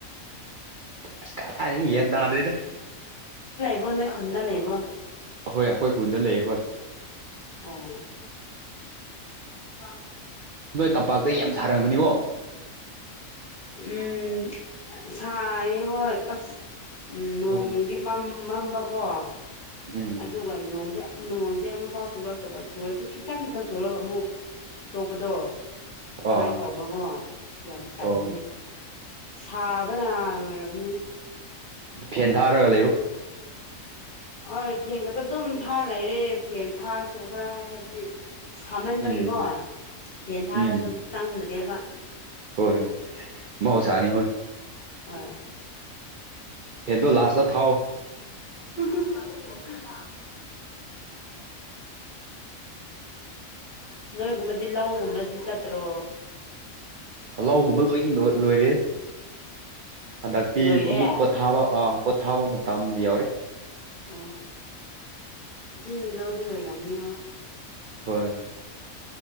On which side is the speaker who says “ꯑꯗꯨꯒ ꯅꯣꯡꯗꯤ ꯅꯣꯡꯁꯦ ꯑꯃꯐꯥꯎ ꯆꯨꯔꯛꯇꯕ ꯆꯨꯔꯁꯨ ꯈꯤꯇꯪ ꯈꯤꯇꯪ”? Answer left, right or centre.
Left